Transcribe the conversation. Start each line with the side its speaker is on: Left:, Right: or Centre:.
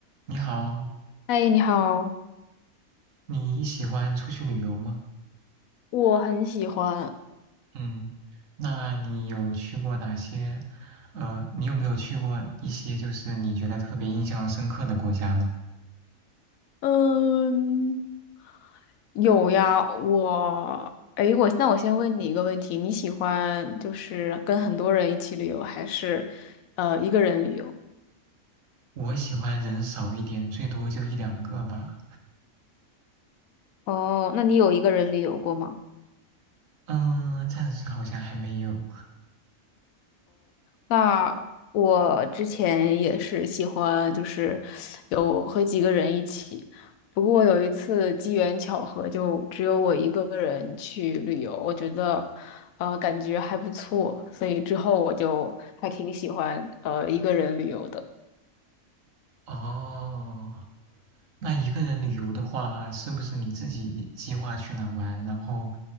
Right: 你好，
Left: 嗨，你好，
Right: 你喜欢出去旅游吗？
Left: 我很喜欢。
Right: 嗯，那你有去过哪些？呃，你有没有去过一些就是你觉得特别印象深刻的国家呢？
Left: 嗯，有呀，我，哎，我那我先问你一个问题，你喜欢就是跟很多人一起旅游，还是呃一个人旅游？
Right: 我喜欢人少一点，最多就一两个吧。
Left: 哦，那你有一个人旅游过吗？
Right: 嗯，暂时好像还没有。
Left: 那我之前也是喜欢，就是有和几个人一起。不过有一次机缘巧合，就只有我一个人去旅游，我觉得，呃，感觉还不错，所以之后我就还挺喜欢，呃，一个人旅游的。
Right: 哦，那一个人旅游的话，是不是你自己计划去哪玩，然后